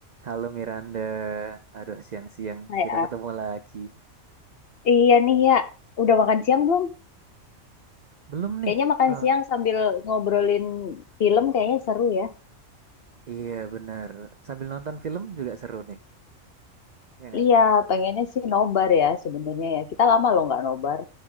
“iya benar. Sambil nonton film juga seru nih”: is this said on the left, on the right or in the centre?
Right